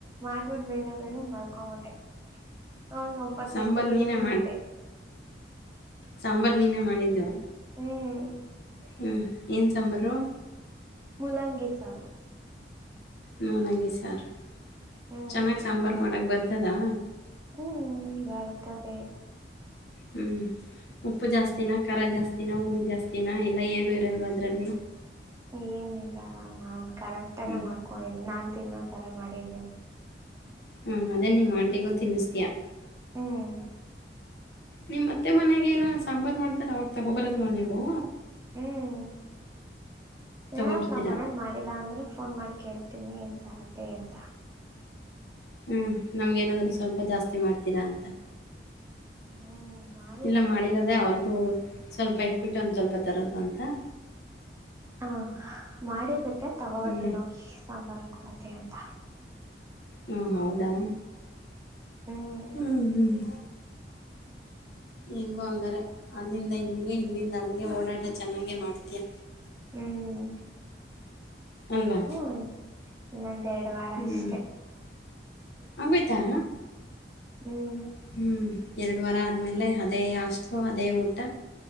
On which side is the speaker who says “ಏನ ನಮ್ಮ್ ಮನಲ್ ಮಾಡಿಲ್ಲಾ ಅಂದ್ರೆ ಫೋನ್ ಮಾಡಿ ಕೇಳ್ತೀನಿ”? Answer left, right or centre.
Right